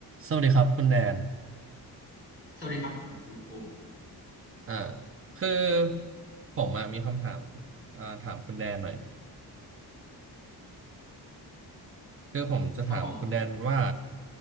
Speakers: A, on the right; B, on the left.
A: สวัสดีครับคุณแดน
B: สวัสดีครับผมคุณภูมิ
A: อ่าคือผมอะมีคำถามอ่าถามคุณแดนหน่อยคือผมจะถามคุณแดนว่า
B: ครับผม